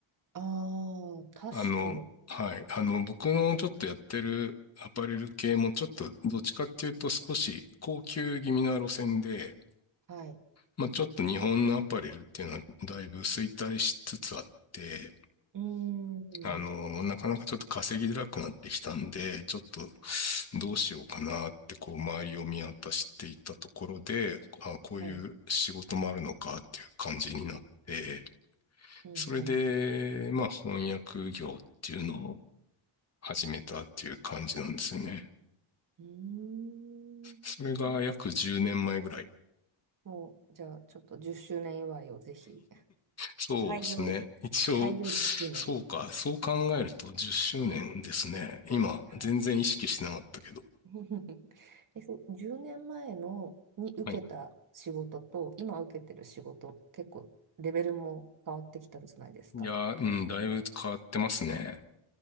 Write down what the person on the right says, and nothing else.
ああ、確かに。
はい。
うーん。
はい。うんうん。
うー
ん。もう、じゃあ、ちょっと10周年祝いをぜひ。
開業。
開業10周年。
はい。
<laughs> え、そう、10年前のに受けた仕事と、
今受けてる仕事、結構レベルも変わってきたんじゃないですか。